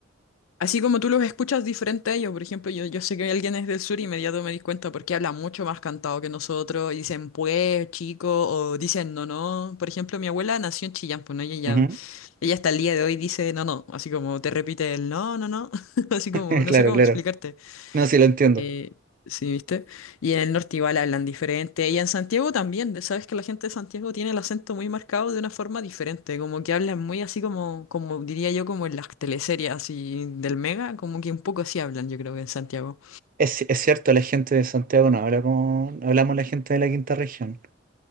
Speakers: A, on the left (about 80°); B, on the right (about 45°).
A: Así como tú los escuchas diferente a ellos, por ejemplo, yo, yo sé que alguien es del sur y inmediato me di cuenta porque habla mucho más cantado que nosotros y dicen pues, chico, o dicen no, no. Por ejemplo, mi abuela nació en Chillán, pues ¿no? ella ya
B: Ujú.
A: Ella hasta el día de hoy dice no, no, así como te repite el no, no, no, <laughs> así como
B: <laughs>
A: no
B: Claro,
A: sé cómo
B: claro.
A: explicarte.
B: No, sí lo entiendo.
A: Eh, sí, ¿viste? Y en el norte igual hablan diferente. Y en Santiago también, de- sabes que la gente de Santiago tiene el acento muy marcado de una forma diferente, como que hablan muy así como, como diría yo, como en las teleseries así del Mega, como que un poco así hablan, yo creo que en Santiago.
B: Es, es cierto, la gente de Santiago no habla como no hablamos la gente de la quinta región.